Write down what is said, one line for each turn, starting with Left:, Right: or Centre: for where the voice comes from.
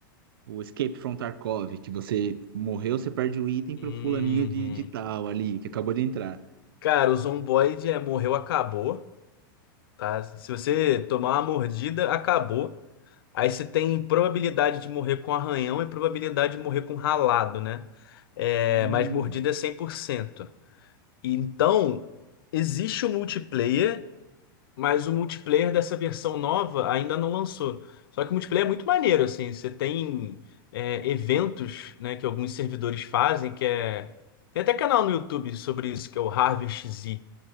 Right: o Escape from Tarkov, que você morreu, você perde o item
Left: Uhum.
Right: pro fulaninho de, de tal ali, que acabou de entrar.
Left: Cara, o Zomboid é morreu, acabou, tá? Se você tomar uma mordida, acabou. Aí você tem probabilidade de morrer com arranhão e probabilidade de morrer com ralado, né? É,
Right: Hum.
Left: mas mordida é cem por cento Então, existe o multiplayer, mas o multiplayer dessa versão nova ainda não lançou. Só que o multiplayer é muito maneiro, assim. Você tem é, eventos, né, que alguns servidores fazem, que é... Tem até canal no YouTube sobre isso, que é o Harvest Z